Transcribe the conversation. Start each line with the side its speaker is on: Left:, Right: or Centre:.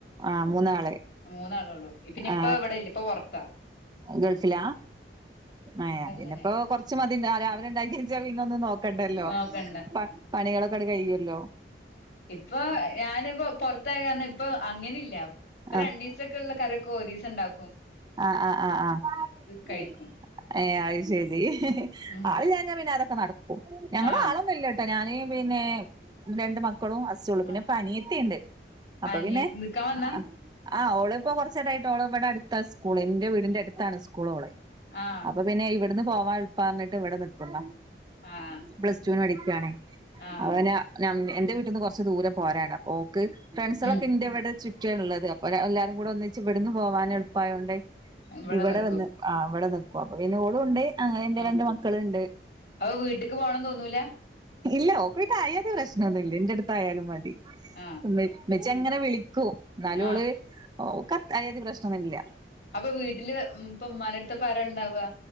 Right: ആ മൂന്നാള്
Left: മൂന്നാളൊള്ളു പിന്നെ ഇപ്പ
Right: ആ
Left: ഇവടെല്ല ഇപ്പ പൊർത്താ
Right: ഗൾഫിലാ ഏഹ്
Left: അപ്പ അങ്ങനെ
Right: പിന്നെപ്പോ കൊറച്ച് മതി രാവിലെണ്ടാക്ക്യേത് ച്ച പിന്നൊന്നും നോക്കണ്ടല്ലോ
Left: നോക്കണ്ട
Right: പ പണികളൊക്കെട് കെയ്യെല്ലോ
Left: ഇപ്പോ എ ഞാനിപ്പോ പൊറത്തായ കാരണം ഇപ്പൊ അങ്ങനില്ല പ്പൊ
Right: ആ
Left: രണ്ടീസൊക്കെള്ള കറി ക്കോരീസണ്ടാക്കും
Right: ആഹ് ആഹ് ആഹ് ആഹ്
Left: കഴിക്കും
Right: ഏ അയ്ശരി ഹ് ഹെ
Left: ഉം
Right: ആളില്ലാ ഞ പിന്നെ അതൊക്കെ നടക്കും ഞങ്ങളും
Left: ആഹ്
Right: ആളൊന്നുല്ലട്ടോ ഞാന് പിന്നേ രണ്ട് മക്കളും ഹസ് സൊള്ളു പിന്നേപ്പനിയെത്തിണ്ട്
Left: ആഹ്
Right: അപ്പൊ
Left: അനിയ
Right: പിന്നെ
Left: നിക്കാൻ വന്നാ
Right: അ ആഹ് ഓള്പ്പൊ കൊറ ച്ചേരായിട്ടോള് ഇവിടെ അടുത്താ സ്കൂളേ ന്റെ വീടിന്റെട്ത്താണ് സ്കൂളോളെ
Left: ആഹ്
Right: അപ്പൊ പിന്നേ ഇവിട്ന്ന് പോവാൻ എള് പ്പാ റ്ഞ്ഞിട്ട് ഇവിടെ നിക്കുന്ന
Left: ആഹ്
Right: പ്ലസ് ടു ന് പഠിക്കാണേ
Left: ആഹ്
Right: അവന ഞമ് എന്റെ വീട്ടിന്ന് കൊറച്ച് ദൂരം പോരാണ്ട് അപ്പോക്ക് ഫ്രണ്ട്സൊളൊക്കെ
Left: ഉം
Right: ഇന്റെവ്ടെ ചുറ്റാള്ളത് അ എല്ലാരും കൂടെ ഒന്നിച്ച് ഇവടുന്ന് പോവാൻ എളുപ്പായോണ്ട്
Left: ഇവിടെ
Right: ഇവടെ
Left: നിക്കും
Right: വന്ന് ആഹ് ഇവിടെ നിക്കും. അപ്പൊ പിന്നെ ഓളുണ്ട് അങ്ങനെ എൻ്റെ
Left: ആഹ്
Right: രണ്ട് മക്കളുണ്ട്
Left: അപ്പൊ വീട്ട്ക്ക് പോണം തോന്നൂല
Right: ഇല്ല ഓക്ക് പിന്നെ അയാതി പ്രശ്നംന്നുല്ല ഇന്റെ ടുത്തായാലും മതി
Left: ആഹ്
Right: ഉമ്മ ഉമ്മച്ചി അങ്ങനെ വിളിക്കും എന്നാലും
Left: ആഹ്
Right: ഓള് ഓഹ് ക്ക അയാതി പ്രശ്നംന്നുല്ല
Left: അപ്പൊ വീട്ടില് മ് ഇപ്പൊ ഇമ്മാന്റട്ത്ത്പ്പാരാണ്ടാവാ